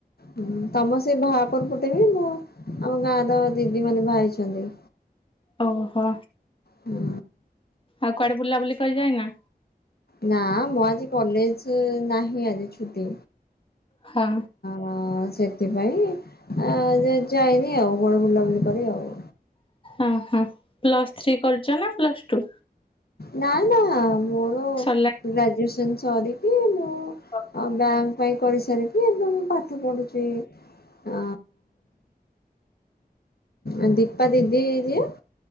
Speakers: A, on the left; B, on the left.
A: ହୁଁ ତମ ସେ ଭାହାପର ପଟେ ବି ମୁଁ ଆମ ଗାଁ ର ଦିଦି ମାନେ ବାହା ହେଇଛନ୍ତି।
B: ଓହୋ।
A: ହୁଁ
B: ଆଉ କୁଆଡ଼େ ବୁଲାବୁଲି କରି ଯାଇନା।
A: ନା ମୁଁ ଆଜି କଲେଜ ନାହିଁ ଆଜି ଛୁଟି।
B: ହଁ।
A: ହଁ ସେଥିପାଇଁ ଯେ ଯାଇନି ଆଉ ବଡ଼ ବୁଲାବୁଲି କରି ଆଉ।
B: ହଁ ହଁ ପ୍ଲସ୍ ଥ୍ରୀ କରଛ ନା ପ୍ଲସ୍ ଟୁ।
A: ନା ନା ମୋର
B: ସରିଲା
A: ଗ୍ରାଜୁଏସନ ସରିକି ମୁଁ ଆ
B: ଓ
A: ବ୍ୟାଙ୍କ ପାଇଁ କରି ସାରିକି ଏବେ ମୁଁ ପାଠ ପଢୁଛି। ଅ ଉ ଦୀପା ଦିଦି ଯିଏ